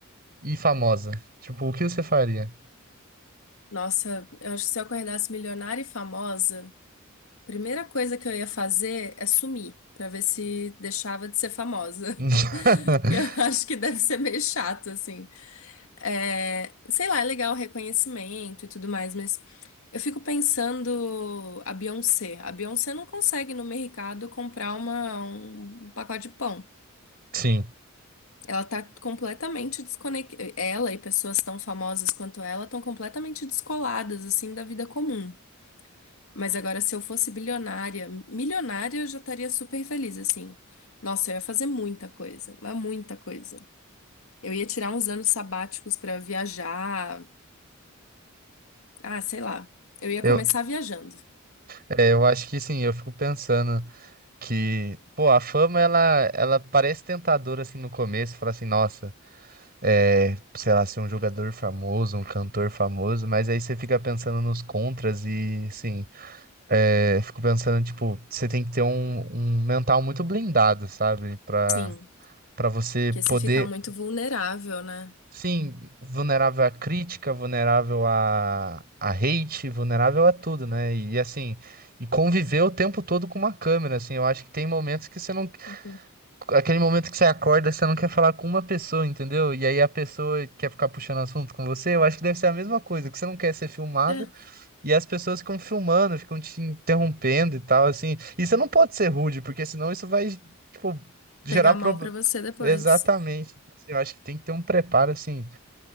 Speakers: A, on the right (about 45°); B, on the left (about 70°).
A: e famosa? Tipo, o que você faria?
B: Nossa, eu acho que se eu acordasse milionária e famosa, a primeira coisa que eu ia fazer é sumir, pra ver se deixava de ser famosa.
A: <laughs>
B: <laughs> Que eu acho que deve ser meio chato, assim. É, sei lá, é legal o reconhecimento e tudo mais, mas eu fico pensando a Beyoncé. A Beyoncé não consegue no mercado comprar uma, um pacote de pão.
A: Sim.
B: Ela tá completamente desconectada. Ela e pessoas tão famosas quanto ela estão completamente descoladas, assim, da vida comum. Mas agora, se eu fosse bilionária, milionária, eu já estaria super feliz, assim. Nossa, eu ia fazer muita coisa, mas muita coisa. Eu ia tirar uns anos sabáticos pra viajar. Ah, sei lá. Eu ia
A: Eu,
B: começar viajando.
A: é, eu acho que sim, eu fico pensando que, pô, a fama ela, ela parece tentadora assim no começo, fala assim, nossa, é, sei lá, ser um jogador famoso, um cantor famoso, mas aí você fica pensando nos contras e, assim, é, fico pensando, tipo, você tem que ter um, um mental muito blindado, sabe? Pra,
B: Sim,
A: pra você
B: porque você
A: poder,
B: fica muito vulnerável, né?
A: sim, vulnerável à crítica, vulnerável a, a hate, vulnerável a tudo, né? E, assim, e conviver o tempo todo com uma câmera, assim, eu acho que tem momentos que você não
B: Uhum.
A: aquele momento que você acorda, você não quer falar com uma pessoa, entendeu? E aí a pessoa quer ficar puxando assunto com você, eu acho que deve ser a mesma coisa, que você não quer ser filmado
B: É,
A: e as pessoas ficam filmando, ficam te interrompendo e tal, assim. E você não pode ser rude, porque senão isso vai, tipo, gerar
B: pegar
A: problema.
B: mal pra você depois.
A: Exatamente. Assim, eu acho que tem que ter um preparo, assim,